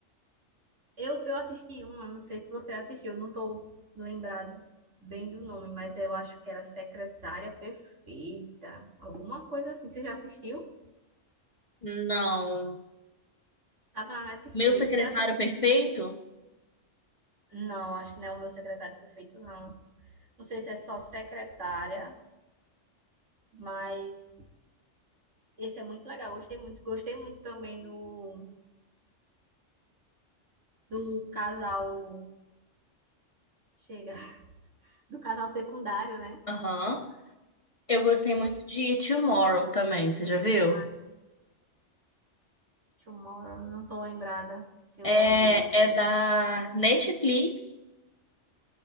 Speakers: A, on the right; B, on the left.
A: Eu, eu assisti uma, não sei se você assistiu, eu não tô lembrado bem do nome, mas eu acho que era Secretária Perfeita, alguma coisa assim. Você já assistiu?
B: Não.
A: Tava na Netflix.
B: Meu secretário
A: Você assi-
B: perfeito?
A: Não, acho que não é o meu secretário perfeito, não. Não sei se é só secretária, mas esse é muito legal. Gostei muito. Gostei muito também do, do casal. Chega. <laughs> Do casal secundário, né?
B: Aham. Eu gostei
A: É
B: muito
A: muito-
B: de Tomorrow também, você já viu?
A: Ai, Tomorrow, não tô lembrada se eu
B: É,
A: vi esse.
B: é da Netflix,